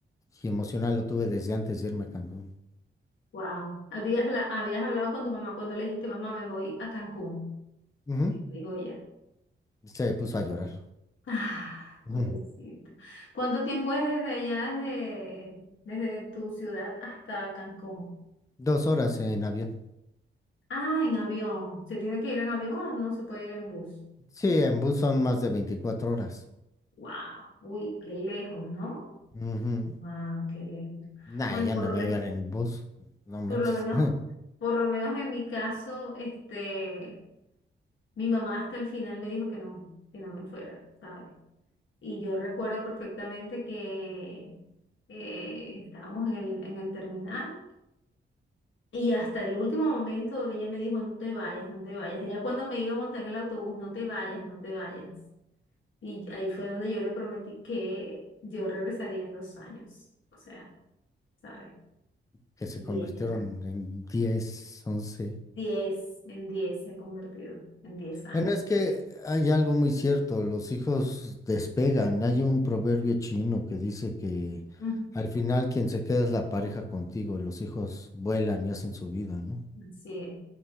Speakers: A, on the left (about 15°); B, on the left (about 75°).
A: y emocional lo tuve desde antes de irme a Cancún.
B: Wow. ¿Habías, habla- habías hablado con tu mamá cuando le dijiste, mamá, me voy a Cancún?
A: Ujú.
B: Y te dijo ella,
A: Se puso a llorar.
B: <laughs> ah,
A: Ujú.
B: pobrecita. ¿Cuánto tiempo es desde allá, desde, desde tu ciudad hasta Cancún?
A: Dos horas en avión.
B: Ah, en avión. ¿Se tiene que ir en avión o no se puede ir en bus?
A: Sí, en bus son más de 24 horas.
B: Wow, uy, qué lejos, ¿no?
A: Ujú.
B: Wow, qué lejos.
A: Nah,
B: Bueno,
A: ya
B: por
A: no
B: lo
A: me
B: menos,
A: voy a ir en bus. No manches.
B: por lo menos,
A: <laughs>
B: por lo menos en mi caso, este, mi mamá hasta el final me dijo que no, que no me fuera, ¿sabes? Y yo recuerdo perfectamente que eh, estábamos en el, en el terminal y hasta el último momento ella me dijo, no te vayas, no te vayas. Ya cuando me iba a montar en el autobús, no te vayas, no te vayas. Y ahí fue donde yo le prometí que yo regresaría en dos años. O sea, ¿sabes?
A: Que se
B: Y
A: convirtieron
B: ella,
A: en diez once
B: diez, en diez se ha convertido, en diez años.
A: Bueno, es que hay algo muy cierto, los hijos despegan. Hay un proverbio chino que dice que
B: Ujú.
A: al final quien se queda es la pareja contigo y los hijos vuelan y hacen su vida, ¿no?
B: Así es,